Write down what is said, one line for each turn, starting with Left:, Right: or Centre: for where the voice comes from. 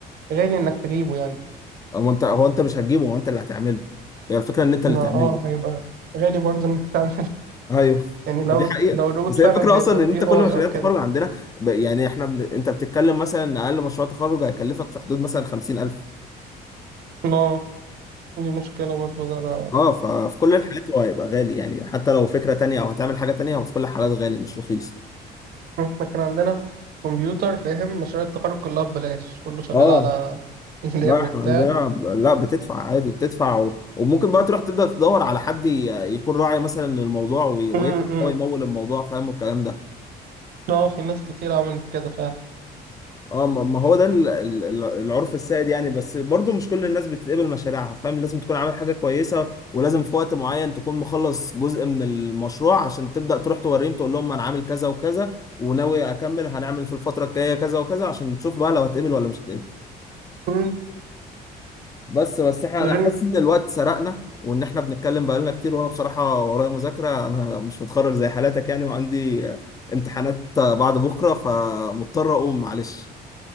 Right: غالي انك تجيبه يعني
Left: هو انت هو انت مش هتجيبه هو انت اللي هتعمله هي الفكره ان انت اللي
Right: ما
Left: تعمله
Right: اه
Left: بقى.
Right: هيبقى غالي برضه انك تعمله <laughs>
Left: ايوه
Right: يعني
Left: ده
Right: لو
Left: دي حقيقه
Right: لو الروبوت
Left: بس
Right: فعلا
Left: هي الفكره
Right: هيبقى
Left: اصلا
Right: باي
Left: ان انت
Right: اي
Left: كل مشاريع
Right: او كده
Left: التخرج عندنا ب- يعني احنا بن- انت بتتكلم مثلا ان اقل مشروع تخرج هيكلفك في حدود مثلا 50000
Right: لا دي مشكلة برضه ده لا
Left: اه ففي كل الحالات هو هيبقى غالي يعني حتى لو فكره تانيه او هتعمل حاجه تانيه هو في كل الحالات غالي مش رخيص
Right: احنا كان عندنا في كمبيوتر فاهم مشاريع التخرج كلها ببلاش كله شغال
Left: اه
Right: على <laughs> اللاب
Left: لا
Right: وبتاع
Left: احنا عندنا لا بتدفع عادي بتدفع و... وممكن بقى تروح تبدأ تدور على حد ي... يكون راعي مثلا للموضوع وي... ويدفع
Right: امم
Left: هو يمول الموضوع فاهم والكلام ده
Right: اه في ناس كتير عملت كده فعلا
Left: اه ما ما هو ده ال... ال- ال- العرف السائد يعني بس برضو مش كل الناس بتتقبل مشاريعها فاهم لازم تكون عامل حاجة كويسة ولازم في وقت معين تكون مخلص جزء من المشروع عشان تبدأ تروح توريهم تقول لهم انا عامل كذا وكذا وناوي اكمل هنعمل في الفترة الجاية كذا وكذا عشان تشوف بقى لو هتقبل ولا مش هتقبل
Right: امم
Left: بس بس احنا
Right: ده
Left: انا
Right: غير
Left: حاسس ان الوقت سرقنا وان احنا بنتكلم بقالنا كتير وانا بصراحه ورايا مذاكره انا مش متخرج زي حالاتك يعني وعندي آه، امتحانات آه، بعد بكره فمضطر اقوم معلش